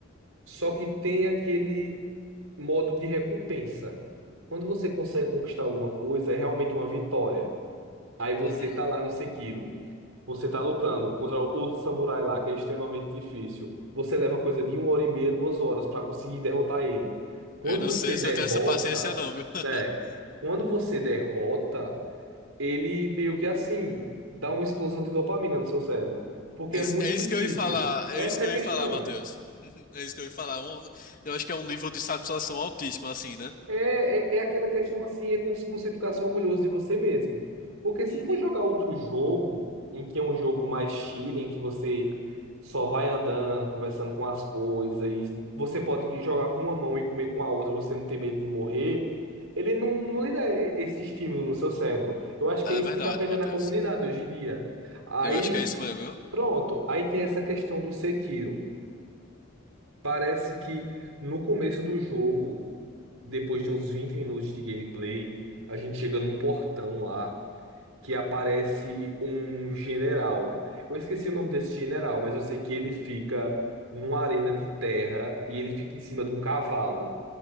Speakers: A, on the right; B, on the left.
A: Só que tem aquele modo de recompensa. Quando você consegue conquistar alguma coisa, é realmente uma vitória. Aí você
B: Uhum.
A: tá lá no Sekiro. Você tá lutando contra outro samurai lá, que é extremamente difícil. Você leva coisa de uma hora e meia, duas horas para conseguir derrotar ele. Quando
B: Eu não
A: você
B: sei
A: derrota,
B: se eu tenho essa paciência, não, viu? <laughs>
A: né? Quando você derrota, ele meio que assim dá uma explosão de dopamina no seu cérebro, porque
B: Es-
A: é muito
B: É isso
A: difícil.
B: que eu ia falar, é
A: Essa
B: isso que
A: é a
B: eu
A: questão.
B: ia falar, Matheus. <laughs> É isso que eu ia falar. Um- eu acho que é um nível de satisfação altíssimo, assim, né?
A: É, é, é aquela questão assim, é como se você ficasse orgulhoso de você mesmo. Porque se
B: Uhum.
A: for jogar outro jogo, em que é um jogo mais chill, em que você só vai andando, conversando com as coisas, e você pode jogar com uma mão e comer com a outra, você não tem medo de morrer, ele não, não lhe dá e- esse estímulo no seu cérebro. Eu acho
B: É
A: que é isso
B: verdade,
A: que tá pegando
B: Matheus.
A: a comunidade hoje em dia. Aí,
B: Eu acho que é isso mesmo, viu?
A: pronto, aí tem essa questão do Sekiro. Parece que no começo do jogo depois de uns 20 minutos de gameplay, a gente chega num portão lá que aparece um general. Eu esqueci o nome desse general, mas eu sei que ele fica numa arena de terra e ele fica em cima de um cavalo.